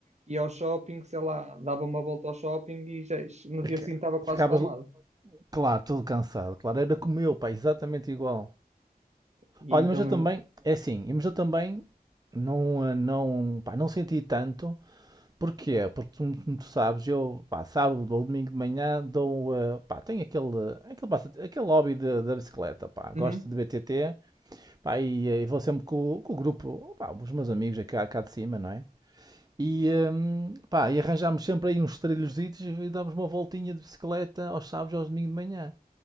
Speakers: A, on the right (about 45°); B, on the right (about 25°).
A: ia ao shopping, sei lá, dava uma volta ao shopping e já, no
B: É
A: dia seguinte estava
B: Ficavas,
A: quase espalmado.
B: claro, todo cansado. Claro, era como eu, pá, exatamente igual.
A: E
B: Olha,
A: então
B: mas eu também,
A: eu.
B: é assim, mas eu também não, eh, não, pá, não senti tanto. Porquê? Porque tu- como tu sabes, eu, pá, sábado ou domingo de manhã dou, eh, pá, tenho aquele, aquele, passa- aquele hobby de- da bicicleta, pá, gosto
A: Uhum.
B: de BTT, pá, e, eh, vou sempre com, o com o grupo, pá, os meus amigos aqui cá, cá de cima, não é? E, hum, pá, e arranjámos sempre aí uns trilhozitos e damos uma voltinha de bicicleta aos sábados e aos domingos de manhã.